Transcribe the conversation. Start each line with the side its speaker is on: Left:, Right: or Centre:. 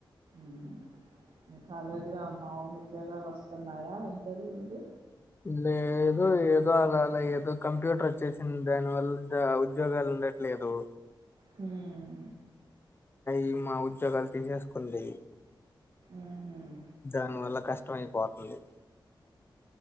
Right: ఊహూ మీ కాలేజీలో ఏమన్నా ఉద్యోగాలు వస్తున్నాయా ఇంటర్వ్యూలు
Left: లేదు ఏదో అలా అలా ఏదో కంప్యూటర్ వచ్చేసింది దాని వల్ల ఉద్యోగాలు ఉండట్లేదు
Right: హ్మ్
Left: ఈ మా ఉద్యోగాలు తీసేసుకుంది
Right: మ్మ్.
Left: దాని వల్ల కష్టం అయిపోతంది